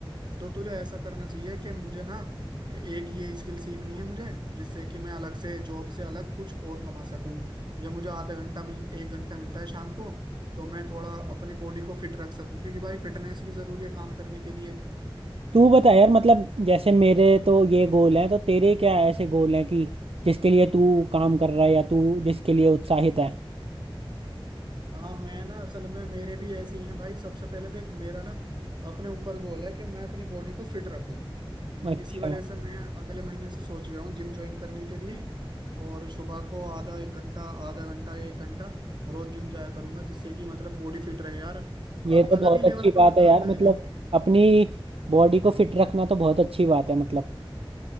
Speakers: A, on the right; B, on the right.
A: तो तुझे ऐसा करना चाहिए कि मुझे ना एक ये स्किल सीखनी है मुझे जिससे कि मैं अलग से जॉब से अलग कुछ और कमा सकूं या मुझे आधा घंटा मिल एक घंटा मिलता है शाम को तो मैं थोड़ा अपनी बॉडी को फिट रख सकूं क्योंकि भाई फिटनेस भी जरूरी है काम करने के लिए
B: तू बता यार मतलब जैसे मेरे तो ये गोल हैं तो तेरे क्या ऐसे गोल हैं कि जिसके लिए तू काम कर रहा है या तू जिसके लिए उत्साहित है
A: हाँ मैं ना असल में मेरे भी ऐसे ही हैं भाई सबसे पहले देख मेरा ना अपने ऊपर गोल है कि मैं अपनी बॉडी को फिट रखूं मैं
B: अच्छा
A: इसी वजह से मैं अगले महीने से सोच भी रहा हूँ जिम ज्वाइन करने के लिए और सुबह को आधा एक घंटा आधा घंटा एक घंटा रोज जिम जाया करूंगा जिससे कि मतलब बॉडी फिट रहे यार अ-
B: ये तो
A: अलग
B: बहुत
A: ही लेवल
B: अच्छी
A: का
B: बात
A: मजा
B: है यार
A: आता
B: मतलब
A: है जब
B: अपनी बॉडी को फिट रखना तो बहुत अच्छी बात है मतलब